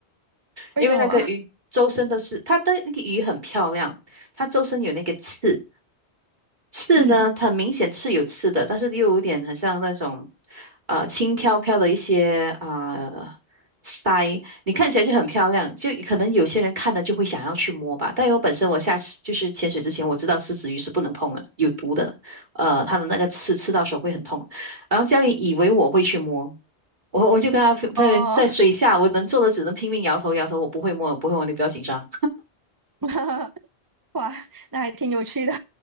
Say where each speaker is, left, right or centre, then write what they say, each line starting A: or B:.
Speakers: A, on the right; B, on the right.
A: 为什么？
B: 因为那个鱼周身都是，它的那个鱼很漂亮，它周身有那个刺。刺呢，
A: 嗯，
B: 它明显刺有刺的，但是又有点很像那种，呃，轻飘飘的一些啊、呃腮，你看起来就很漂亮，就可能有些人看了就会想要去摸吧。但我本身我下次就是潜水之前，我知道狮子鱼是不能碰的，有毒的，呃，它的那个刺刺到手会很痛。然后教练以为我会去摸，我我就跟他分分别在水下，
A: 哦，
B: 我能做的只能拼命摇头摇头，我不会摸，我不会摸，你不要紧张。
A: <laughs> 哇，那还挺有趣的。